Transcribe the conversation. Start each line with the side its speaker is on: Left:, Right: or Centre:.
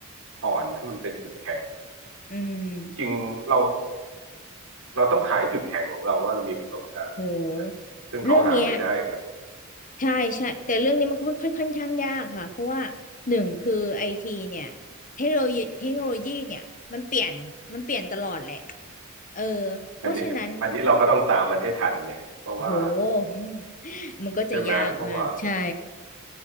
Right: อ่อนให้มันเป็นจุดแข็ง
Left: อืม
Right: จริงๆเราเราต้องขายจุดแข็งของเราว่าเรามีประสบการณ์ถูกไหม
Left: โหเรื่องเนี้ย
Right: ซึ่งเขาหาไม่ได้กับ
Left: ใช่ใช่แต่เรื่องนี้มันค่อนค่อนค่อนข้างยากค่ะเพราะว่าหนึ่งคือไอทีเนี่ยเทคโนโลยีเทคโนโลยีเนี่ยมันเปลี่ยนมันเปลี่ยนตลอดแหละเออเพราะฉะนั้น
Right: อันนี้อันนี้เราก็ต้องตามมันให้ทันไงเพราะว่า
Left: โห <laughs> มันก็จะยากมากใช่
Right: ใช่ไหมเพราะว่า